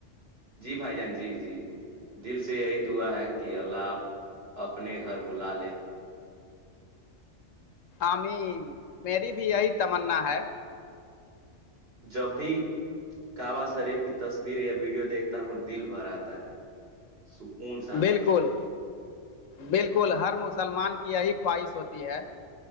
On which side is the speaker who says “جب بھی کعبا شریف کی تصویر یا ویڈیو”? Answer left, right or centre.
Right